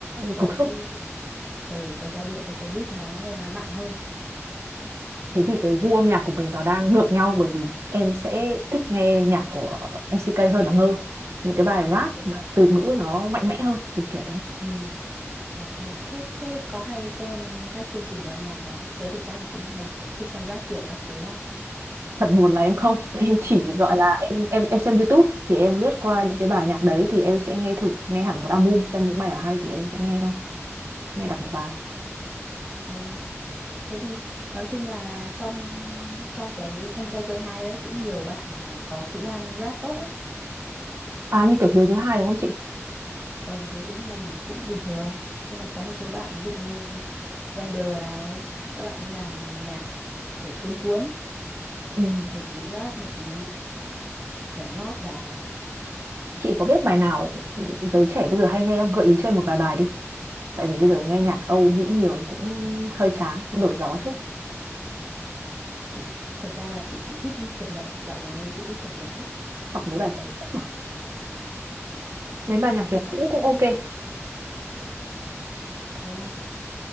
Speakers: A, on the right; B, on the right.
A: cái
B: cục xúc
A: ừ, cái giai điệu với cái beat nó nghe nó nặng hơn.
B: thế thì cái gu âm nhạc của mình nó đang ngược nhau bởi vì em sẽ thích nghe nhạc của MCK hơn là Ngơ những cái bài rap
A: Ừ.
B: mà từ ngữ nó mạnh mẽ hơn kiểu kiểu đấy
A: Ừ. Ờ, thế à, thế thế có hay xem các chương trình về âm nhạc không? Thế thì chắc là cũng hay kiểu thích xem Giáp Việt các thứ đúng không?
B: thật buồn là em không <laughs> em chỉ gọi là em em em xem YouTube thì em lướt qua những cái bài nhạc đấy thì em sẽ nghe thử nghe hẳn một album xem những bài nào hay thì em sẽ nghe thôi nghe đọc một bài
A: Ờ, thế thì nói chung là trong trong cái anh trai Say Hi đấy cũng nhiều bạn mà có kỹ năng rap tốt đấy.
B: À như kiểu Hiếu thứ hai đúng không chị?
A: ờ, hiếu thứ hai thì cũng bình thường nhưng mà có một số bạn ví dụ như rider này các bạn đi làm nhạc kiểu cuốn cuốn
B: Ừ.
A: một tí rap một tí nhảy nhót vào
B: Chị có biết bài nào ừ, giới trẻ bây giờ hay nghe không? Gợi ý cho em một vài bài đi. Tại vì bây giờ nghe nhạc Âu Mỹ nhiều cũng hơi chán, cũng đổi gió chút.
A: chị thật ra là chị cũng ít cập nhật dạo gần đây chị ít cập nhật lắm
B: Hoặc mấy
A: gần
B: bài cũ. cũng được. Mấy bài nhạc Việt cũ cũng ok.
A: cái à,